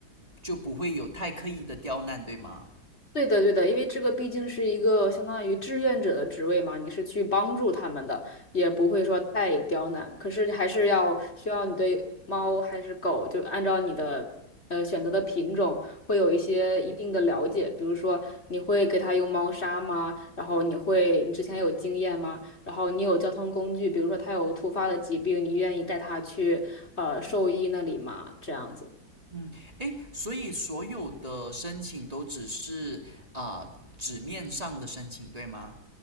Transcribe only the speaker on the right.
就不会有太刻意的刁难，对吗？
嗯，诶，所以所有的申请都只是啊纸面上的申请，对吗